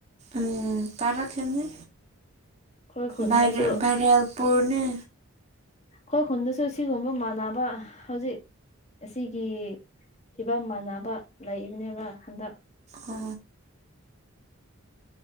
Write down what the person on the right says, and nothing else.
ꯎꯝ ꯇꯥꯔꯛꯈꯤꯅꯤ
ꯕꯥꯏꯔꯦꯜ ꯕꯥꯏꯔꯦꯜꯄꯨꯨꯔꯅꯦ
ꯑ